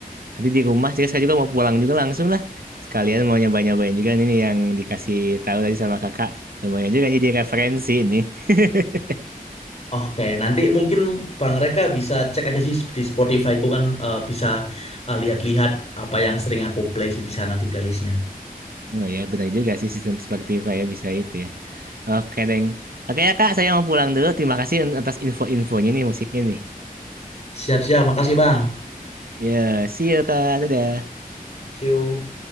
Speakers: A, on the right; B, on the left.
A: Nanti di rumah, jadi saya juga mau pulang juga langsung lah. Sekalian mau nyoba-nyobain juga ini nih yang dikasih tahu tadi sama kakak. Lumayan juga jadi referensi ini <laughs>
B: Oke, nanti mungkin Bang Reka bisa cek aja sih di Spotify ku kan eh, bisa eh, lihat-lihat apa yang sering aku play sih di sana di playlistnya.
A: Oh ya, benar juga sih sistem Spotify ya bisa itu ya. Oke, Deng. Oke ya, Kak. Saya mau pulang dulu. Terima kasih atas info-infonya nih musiknya nih.
B: Siap-siap, makasih Bang.
A: Ya, see you, Kak. Dadah.
B: See you.